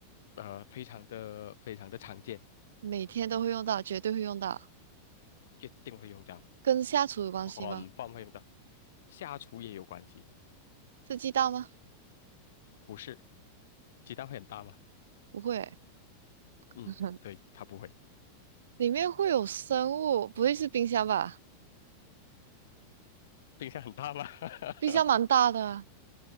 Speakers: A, on the left; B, on the right.
A: 呃，非常的非常的常见，
B: 每天都会用到，绝对会用到。
A: 一定会用到。
B: 跟下厨有关系吗？
A: 很方便的，下厨也有关系，
B: 是鸡蛋吗？
A: 不是？鸡蛋会很大吗？
B: 不会欸 <laughs>
A: 嗯，对，它不会。
B: 里面会有生物，不会是冰箱吧？
A: 冰箱很大吗？<laughs>
B: 冰箱蛮大的啊